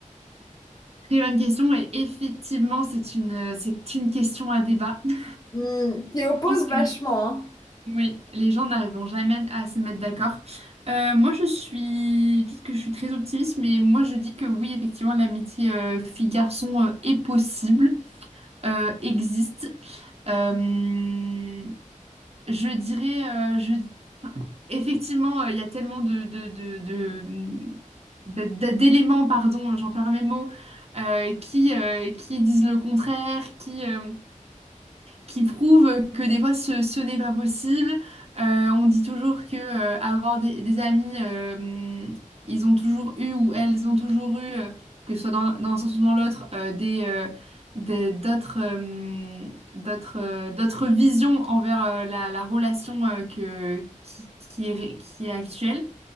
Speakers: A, on the right; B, on the left.
A: Très bonne question. Et effectivement, c'est une, euh, c'est une question à débat. <laughs> Je
B: Hmm, qui oppose
A: pense que
B: vachement, hein.
A: oui, les gens n'arriveront jamais à se mettre d'accord. Euh, moi, je suis, peut-être que je suis très optimiste, mais moi, je dis que oui, effectivement, l'amitié euh, fille-garçon euh, est possible, euh, existe. Euh, je dirais, euh, je Effectivement, euh, il y a tellement de, de, de, de- de- de- d'éléments, pardon, j'en perds mes mots, euh, qui, euh, qui disent le contraire, qui, euh, qui prouvent que des fois ce, ce n'est pas possible. Euh, on dit toujours que euh, avoir des, des amis, euh, ils ont toujours eu ou elles ont toujours eu, euh, que ce soit dans, dans un sens ou dans l'autre, euh, des, euh, des- d'autres euh, d'autres euh, d'autres visions envers euh, la, la relation euh, que, qui, qui est, ré- qui est actuelle.